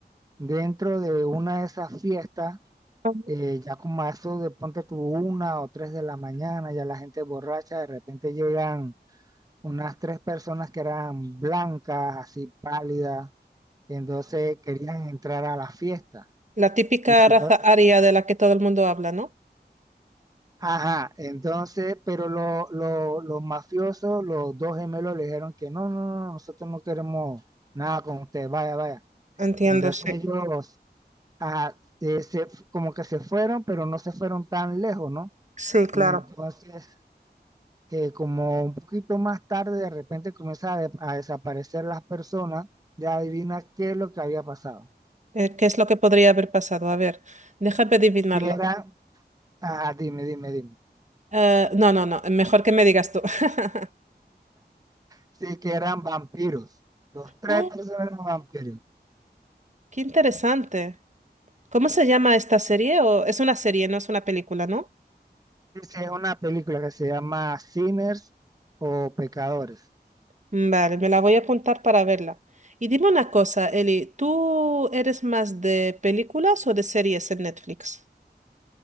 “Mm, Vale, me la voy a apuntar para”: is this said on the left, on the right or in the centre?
Right